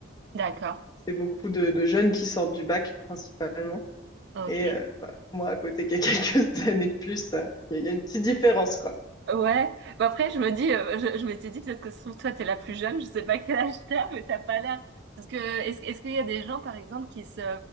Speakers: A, on the right; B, on the left.
A: D'accord,
B: C'est beaucoup de, de jeunes qui sortent du bac principalement.
A: ok.
B: Et euh, bah, moi, à côté qui ai <laughs> quelques années de plus, euh, il y a il y a une petite différence, quoi.
A: Ouais, bah après je me dis, euh, je, je m'étais dit peut-être que se trouve toi t'es la plus jeune, je sais pas quel âge t'as, mais t'as pas l'air. Parce que est-ce, est-ce qu'il y a des gens par exemple qui se,